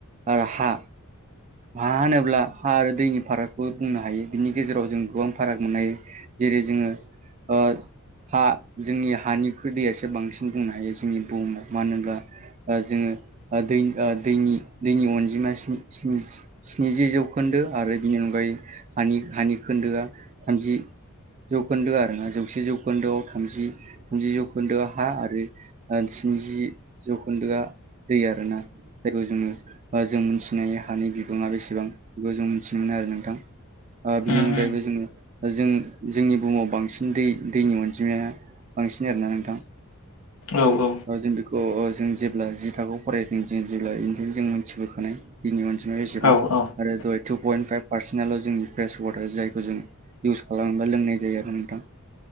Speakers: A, on the right; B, on the left.
A: आरो हा हा होनोब्ला हा आरो दैनि फारागखौ बुंनो हायो बिनि गेजेराव जों गोबां फाराग मोन हायो जेरै जोङो ओ हा जोंनि हानिखुइ दैयासो बांसिन बुंनो हायो जोंनि बुहुमाव मानो होनोब्ला ओ जोङो दै दैनि दैनि अनजिमानि स्नि स्निजि स्निजि जौखोन्दो आरो बिनि अनगायै हानि हानि खोन्दोआ थामजि जौखोन्दो आरोना जौसे जौखोन्दोआव थामजि थामजि जौखोन्दोआव हा आरो स्निजि जौखोन्दोआ दै आरो ना जायखौ जोङो जों मोनथिनाय हानि बिबाङा बेसेबां बेखौ जों मिथिनो मोनो आरो नोंथां ओ बिनि
B: उम
A: अनगायैबो
B: उम
A: जोङो जों जोंनि बुहुमाव बांसिन दै दैनि अनजिमाया बांसिन आरोना नोंथां
B: औ औ
A: औ जों बेखौ जों जेब्ला जि थाखोआव फरायदों जों जेब्ला बेनिफ्राय जों मोनथिबोखानाय दैनि अनजिनाया एसेबां
B: औ औ
A: आरो दाहाय टु पइन्ट फाइभ पारसेन्ट आल' जोंनि फ्रेस वाटार जायखौ जोङो इउस खालामोबा लोंनाय जायो आरो नोंथां